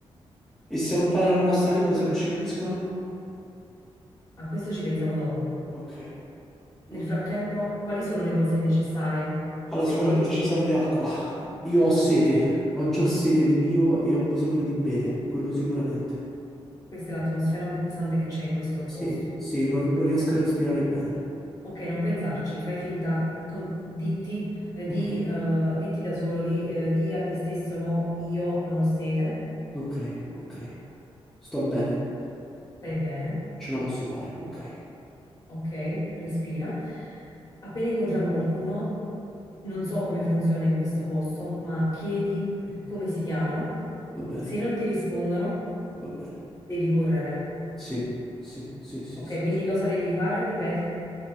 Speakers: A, in the centre; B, on the left.
A: E se non parlano la nostra lingua, se non ci capiscono?
B: A questo ci pensiamo dopo.
A: Ok,
B: Nel
A: ok.
B: frattempo, quali sono le cose necessarie,
A: Allora,
B: secondo
A: sicuramente
B: te?
A: ci serve acqua. Io ho sete, ho già sete di mio e ho bisogno di bere, quello sicuramente.
B: Questa è l'atmosfera un po' pesante che c'è in questo
A: Sì,
B: posto.
A: sì, non, non riesco a respirare bene.
B: Ok, non pensarci, fai finta, con- ditti, eh,
A: Ok,
B: di, eh, ditti da solo, di, eh, di a te stesso, no, io non ho sete,
A: ok, ok. Sto bene,
B: stai bene.
A: ce la posso fare. Ok,
B: Ok, respira. Appena incontriamo qualcuno, non so come funziona in questo posto, ma chiedi
A: ok.
B: come si chiamano.
A: va bene,
B: Se non ti rispondono,
A: va bene.
B: devi correre.
A: Sì, sì, sì, sì,
B: Ok,
A: sì.
B: quindi
A: sì.
B: cosa devi fare? Ripeti.